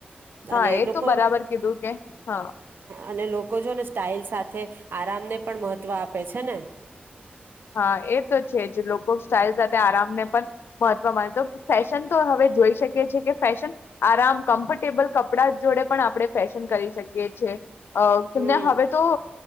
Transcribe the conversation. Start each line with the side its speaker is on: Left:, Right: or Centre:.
Left: હા
Right: અને
Left: એ
Right: લોકો,
Left: તો બરાબર કીધું કે હા
Right: અને લોકો જોને સ્ટાાઈલ સાથે આરામને પણ મહત મહત્વ આપે છે, ને
Left: હા, એતો છેજ. લોકો સ્ટાઇલ સાથે આરામને પણ મહત્વ માને તો ફેશન તો હવે જોઈ શકીએ છેીએ, કે ફેશન, આરામ કમ્ફર્ટેબલ કપડા જોડે પણ આપણે ફેશન કરી શકીએ છે. અહ <unintelligible>
Right: હમ
Left: અને હવે તો